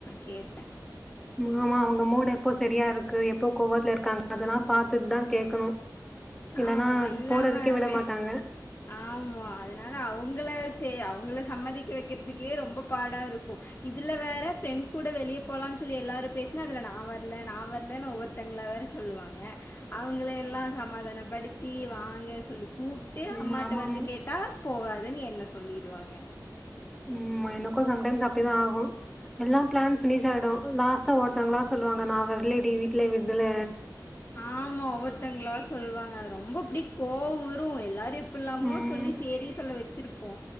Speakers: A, on the left; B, in the centre.
A: கேப்ப
B: மாமா அவுங்க மூடு எப்போ செரியா இருக்கு எப்போ கோவத்துல இருக்காங்க அதலா பாத்துட் தா கேட்கணு இல்லன்னா
A: ஆமா இல்லாம
B: போறதுக்கே விட
A: வே
B: மாட்டாங்க
A: ஆமா அதுனால அவுங்கள சே அவங்கள சம்மதிக்க வக்றதுக்கே ரொம்ப பாடாருக்கு இதுல வேற ஃப்ரெண்ட்ஸ் கூட வெளிய போலான் சொல்லி எல்லாரு பேஸ்னா அதுல நா வரல நா வரலனு ஒவ்வொரு தங்ளா வேற சொல்லுவாங்க அவுங்கள எல்லா சமாதானப்படுத்தி வாங்க சொல்லி கூப்ட்டு
B: ம்.
A: அம்மாட்ட
B: ஆமாமா.
A: வந்து கேட் டா போகாதன் என்ன சொல்லிடுவாங்க
B: ம்மா எனக்கு சம்டைம்ஸ் அப்டிதா ஆகு எல்லா பிளான் பினிஷ் ஆயிடு லாஸ்ட்டா ஒருத்தவங்களா சொல்லுவாங்க நா வரலடி வீட்ல விட்டல
A: ஆமா ஒவ்வொருத்தங்களால சொல்வாங்க அது ரொம்ப அப்டி கோவோ வரு எல்லாரையு எப்புல்லாமோ
B: ம்.
A: சொல்லி சேரி சொல்ல வச்சிருப்போ